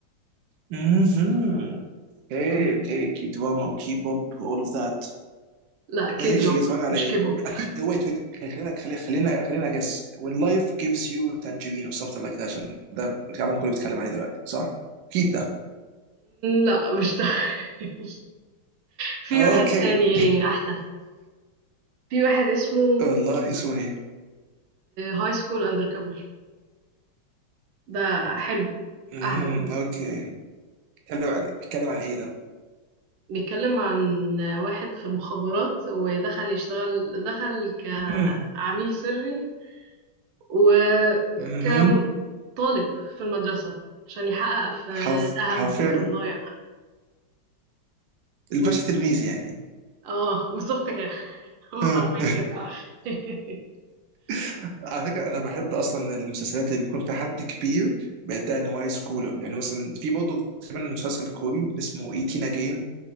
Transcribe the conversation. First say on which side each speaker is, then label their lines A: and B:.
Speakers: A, on the right; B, on the right.
A: مهم. اوكي
B: م.
A: اوكي كي دراما وكي بوب واول اوف ذات
B: لا كي
A: ماشي
B: دراما
A: يتفرج على
B: مش
A: ايه؟
B: كيبوب
A: اكيد ويت ويت خلينا خلينا خلينا خلينا جس when life gives you tangerine or something like that عشان ده العالم كله بيتكلم عليه دلوقتي صح؟ اكيد ده
B: لا مش ده <laughs> في
A: اوكي
B: واحد تاني احلى في واحد اسمه
A: <laughs> والله اسمه ايه؟
B: هاي سكول اندر كفر ده حلو
A: مهم.
B: احلى
A: اوكي اتكلم عن اتكلم عن ايه ده؟
B: بيتكلم عن واحد في المخابرات ودخل يشتغل دخل كعميل
A: مهم.
B: سري وكطالب
A: مهم.
B: في المدرسة عشان يحقق في
A: حرف
B: ذهب
A: حرفيا
B: كان ضايع
A: الباشا
B: قول
A: تلميذ يعني
B: اه بالظبط كده <laughs> هو
A: آه.
B: حرفيا كده <laughs>
A: <laughs> على فكره انا بحب اصلا المسلسلات اللي بيكون فيها حد كبير بيدعي ان هو هاي سكولر يعني مثلا في برضه تقريبا مسلسل كوري اسمه 18 اجين